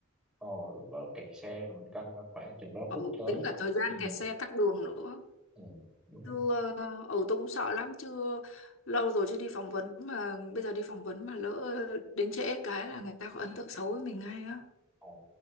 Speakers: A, in the centre; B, on the left (about 65°).
A: ồ lúc đó kẹt xe rồi mình canh ra khoảng chừng đó
B: Ồ,
A: phút tới
B: tính cả thời gian
A: ừ.
B: kẹt xe tắc đường nữa.
A: Ừ, đúng rồi.
B: Chưa, ừ, tôi cũng sợ lắm, chưa lâu rồi chưa đi phỏng vấn mà bây giờ đi phỏng vấn mà lỡ đến trễ cái là người ta có ấn tượng xấu với mình ngay á.
A: Ồ,